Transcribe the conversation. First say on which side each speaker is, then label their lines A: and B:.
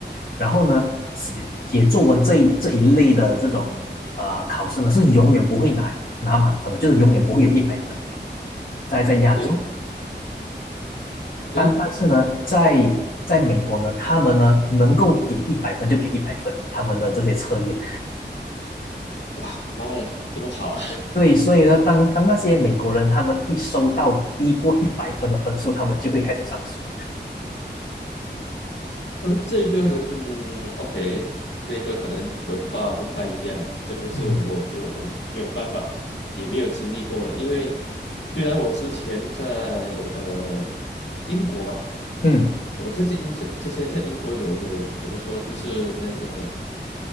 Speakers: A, on the left (about 50°); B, on the left (about 75°).
A: 然后呢，写写作文这一这一类的这种呃考试呢，是永远不会拿拿满分的，就是永远不会有一百分的，在在亚洲，
B: 诶诶，
A: 但但是呢，在在美国呢，他们呢能够给一百分就给一百分，他们的这些测验，
B: 哇，妈呀，这么好！
A: 对，所以呢，当当那些美国人他们一收到低过一百分的分数，他们就会开始上诉，
B: 呃，这个，嗯，OK，这个可能文化不太一样，这个是我没有没有办法，
A: 嗯
B: 也没有经历过的。因为虽然我之前在呃英国吧，
A: 嗯
B: 我在这英这之前在英国有有怎么说，就是那个